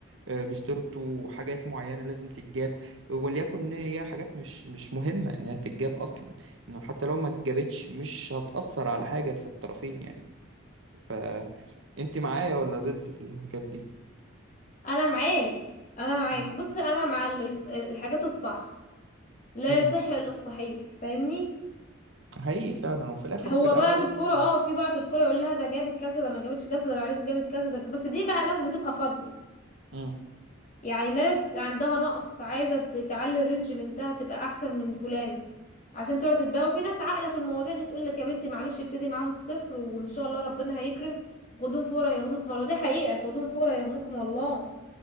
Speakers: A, on the right (about 70°); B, on the left (about 40°).
A: آه، بيشترطوا حاجات معينة لازم تتجاب وليكن ان هي حاجات مش مش مهمة انها تتجاب اصلا انه حتى لو ما اتجابتش مش هتأثر على حاجة في الطرفين يعني انت معايا ولا ضد في الحاجات دي
B: انا معاك انا معاك
A: مم.
B: بص انا مع اللي يص... الحاجات الصح لا
A: مم.
B: يصح الا الصحيح فاهمني
A: حقيقي فعلا وفي الاخر
B: هو
A: وفي الاول
B: بعض الكرة اه
A: مم.
B: في بعض الكرة يقول لها ده جابت كذا ده ما جابتش كذا ده العريس جابت كذا ده بس دي بقى ناس بتبقى فاضية
A: مم.
B: يعني ناس عندها نقص عايزة ت- تعلي الرينج بنتها تبقى احسن من فلان عشان تقعد تتباهى وفي ناس عاقلة في المواضيع دي تقول لك يا بنتي معلش ابتدي معاه من الصفر وان شاء الله ربنا هيكرم خدوهم فورا يغنوكم الله دي حقيقة خدوهم فورا يغنوكم الله